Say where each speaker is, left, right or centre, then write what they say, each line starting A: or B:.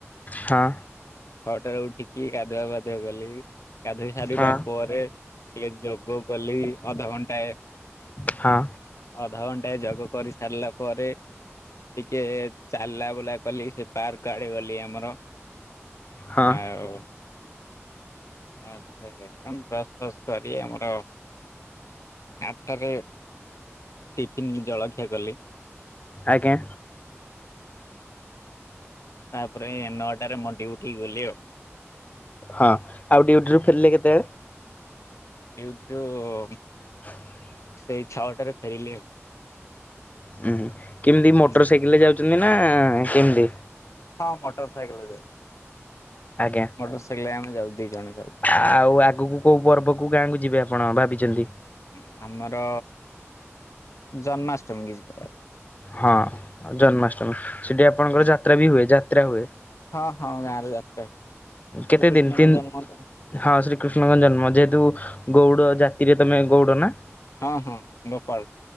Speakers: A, on the left; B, on the left.
A: ହଁ।
B: ଛଅଟାରେ ଉଠିକି ଗାଧୁଆ ପାଧୁଆ କଲି, ଗାଧୋଇ ସାରିବା
A: ହଁ
B: ପରେ ଟିକେ ଯୋଗ କଲି ଅଧଘଣ୍ଟାଏ।
A: ହଁ।
B: ଅଧଘଣ୍ଟାଏ ଯୋଗ କରିସାରିଲା ପରେ ଟିକେ ଚାଲା ବୁଲା କଲି ସେ ପାର୍କଆଡେ ଗଲି ଆମର
A: ହଁ।
B: ହଉ <unintelligible> ଆମର ଆଟାରେ ଟିଫନ ଜଳଖିଆ କଲି।
A: ଆଜ୍ଞା।
B: ତାପରେ ନଅଟାରେ ମୋ ଡ୍ୟୁଟିଗଲି ଆଉ
A: ହଁ ଆଉ ଡ୍ୟୁଟିରୁ ଫେରିଲେ କେତେବେଳେ
B: ୟୁଟୁବ। ହଁ।
A: <inaudible>
B: ସେଇ ଛଅଟାରେ ଫେରିଲି ଆଉ
A: ଉୁଁ ହୁଁ କେମିତି ମୋଟର
B: ହୁଁ।
A: ସାଇକେଲରେ ଯାଉଚନ୍ତିନା କେମିତି
B: ହଁ ମଟର ସାଇକେଲରେ ଯାଉ
A: ଆଜ୍ଞା
B: ମଟର ସାଇକେଲ ଆମେ ଯାଉ ଦି ଜଣ ଯାଉ।
A: ଆଉ ଆଗକୁ କୋଉ ପର୍ବ କୋଉ ଗାଁକୁ ଯିବେ ଆପଣ ଭାବିଚନ୍ତି?
B: ହୁଁ ଆମର ଜନ୍ମାଷ୍ଟମୀ କି ଯିବା।
A: ହଁ ଜନ୍ମାଷ୍ଟମୀ ସେଠି ଆପଣଙ୍କର
B: ହଁ।
A: ଯାତ୍ରାବି ହୁଏ ଯାତ୍ରା ହୁଏ।
B: ହଁ ହଁ ଗାଁରେ ଯାତ୍ରା ହୁଏ।
A: କେତେ
B: ଶ୍ରୀକୃଷ୍ଣଙ୍କ
A: ଦିନ ତିନ।
B: ଜନ୍ମ ତ
A: ହଁ ଶ୍ରୀକୃଷ୍ଣଙ୍କ ଜନ୍ମ ଯେହେତୁ ଗୌଉଡ଼ ଜାତିରେ ତମେ ଗୌଉଡ଼ନା।
B: ହଁ ହଁ ଗୋପାଳ।